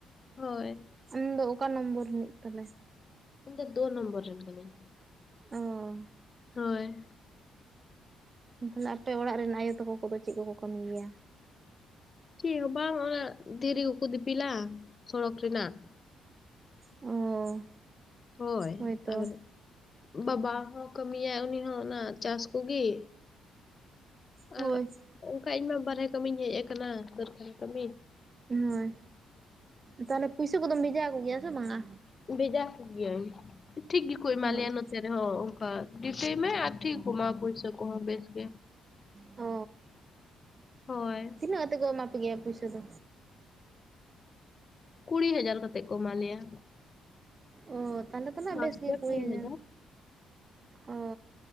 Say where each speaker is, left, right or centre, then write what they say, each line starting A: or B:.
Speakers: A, on the left; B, on the right.
A: ᱦᱳᱭ
B: ᱟᱢᱫᱚ ᱚᱠᱟ ᱱᱚᱢᱵᱚᱨ ᱨᱤᱱᱤᱡ ᱛᱟᱞᱮ
A: ᱤᱧ ᱫᱚ ᱫᱩ ᱱᱚᱢᱵᱚᱨ ᱨᱮᱱ ᱠᱟᱹᱱᱟᱹᱧ
B: ᱚ
A: ᱦᱳᱭ
B: ᱛᱟᱦᱚᱞᱮ ᱟᱯᱮ ᱚᱲᱟᱜ ᱨᱮᱱ ᱟᱭᱳ ᱛᱟᱠᱚ ᱠᱚ ᱫᱚ ᱪᱮᱫ ᱠᱚ ᱠᱚ ᱠᱟᱹᱢᱤ ᱜᱮᱭᱟ
A: ᱪᱮᱫ ᱦᱚᱸ ᱵᱟᱝ ᱦᱚᱜᱼᱚᱭ ᱫᱷᱤᱨᱤ ᱠᱚ ᱠᱚ ᱫᱤᱯᱤᱞᱟ ᱥᱚᱲᱚᱠ ᱨᱮᱱᱟᱜ
B: ᱚ
A: ᱦᱳᱭ
B: ᱦᱳᱭᱛᱚ
A: ᱟᱨ ᱵᱟᱵᱟ ᱦᱚᱸ ᱠᱟᱹᱢᱤᱭᱟᱭ ᱩᱱᱤ ᱦᱚᱸ ᱚᱱᱟ ᱪᱟᱥ ᱠᱚ ᱜᱮ
B: ᱦᱳᱭ
A: ᱟᱨ ᱚᱱᱠᱟ ᱤᱧᱢᱟ ᱵᱟᱦᱨᱮ ᱠᱟᱹᱢᱤᱧ ᱦᱮᱡ ᱟᱠᱟᱱᱟ ᱠᱟᱹᱨᱠᱷᱟᱱᱟ ᱠᱟᱹᱢᱤ
B: ᱦᱳᱭ ᱛᱟᱦᱚᱞᱮ ᱯᱩᱭᱥᱟᱹ ᱠᱚᱫᱚᱢ ᱵᱷᱮᱡᱟ ᱟᱠᱚ ᱜᱮᱭᱟ ᱥᱮ ᱵᱟᱝᱟ
A: ᱵᱷᱮᱡᱟ ᱟᱠᱚ ᱜᱤᱭᱟᱹᱧ ᱴᱷᱤᱠ ᱜᱮᱠᱚ ᱮᱢᱟᱞᱮᱭᱟ
B: ᱦᱳᱭ
A: ᱱᱚᱛᱮ ᱨᱮᱦᱚᱸ ᱚᱱᱠᱟ ᱰᱤᱭᱩᱴᱤᱭ ᱢᱮ ᱴᱷᱤᱠ ᱠᱚ ᱮᱢᱟ ᱯᱩᱭᱥᱟᱹ ᱠᱚᱦᱚᱸ ᱵᱮᱥ ᱜᱮ
B: ᱚ
A: ᱦᱳᱭ
B: ᱛᱤᱱᱟᱹᱜ ᱠᱟᱛᱮ ᱠᱚ ᱮᱢᱟ ᱯᱮᱜᱮᱭᱟ ᱯᱩᱭᱥᱟᱹ ᱫᱚ?
A: ᱠᱩᱲᱤ ᱦᱟᱡᱟᱨ ᱠᱟᱛᱮᱜ ᱠᱚ ᱮᱢᱟ ᱞᱮᱭᱟ
B: ᱚ ᱛᱟᱦᱞᱮ ᱛᱮ ᱢᱟ
A: ᱢᱟᱥ
B: ᱵᱮᱥ ᱜᱮ
A: ᱨᱮ
B: ᱠᱩᱲᱤ ᱦᱟᱦᱟᱨᱟ
A: ᱦᱟᱡᱟᱨ
B: ᱚ